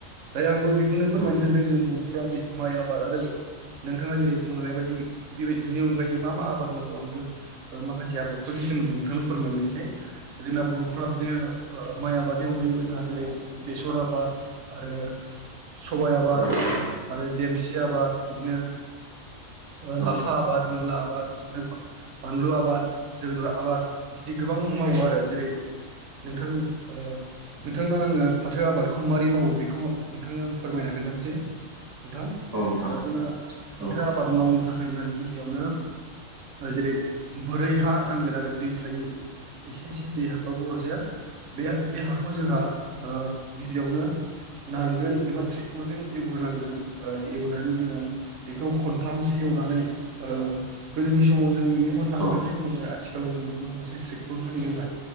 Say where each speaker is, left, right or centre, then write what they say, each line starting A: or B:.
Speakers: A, on the right (about 70°); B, on the right (about 25°).
A: दायो आंबो बेख बेखौनो
B: नोंथां
A: फोरमायनो सानदों जों बर'फ्रा माइ आबाद आरो नोंथाङा जेरै बुंलांनाय बाय दि बिनि अनगायै मा मा आबाद मावो आंबो माखासे आबादफोरनि सोमोन्दैं नोंथांनो फोरमायग्रोनोसै। जोंना बर'फ्रा बिदिनो ओ-माइ आबाद। बेनि अनगायैबो जोंहा जेरै बेसर आबाद आरो सबाइ आबाद।
B: औ नोंथां औ
A: आरो देमसि आबाद बिदिनो ओ-लाफा
B: नोंथां औ
A: आबाद मुला आबाद बिदिनो बानलु आबाद, जोगोनार आबाद बिदि गोबां मावो आरो जेरै- नोंथा ओ-नोंथांनो आङो फाथो आबादखौ मारै मावो बेखौ नोंथांनो फोरमायना खोन्थानोसै नोंथां
B: नोंथां
A: ओ-जोंना फाथोआ।
B: औ नोंथां
A: मावनो थाखाय जोंहा गिबियावनो। जेरै बोरै हा नांगोन आरो दै थायै। इसे इसे दै हाबबाबो अरजाया बेयो बे हाखौ जोंहा ओ- गिबियावनो। नांगोल एबा ट्रेक्टरजों एवग्रोनांगोन ओ- एवनानै जोङो बेखौ। खनथामसो एवनानै ओ गोदोनि समाव जों नुयोमोन
B: औ
A: नांगोलजों
B: औ
A: एवनाय आथिखालाव जों नुनो मोनो। मोनसे ट्रेक्टरजों एवनाय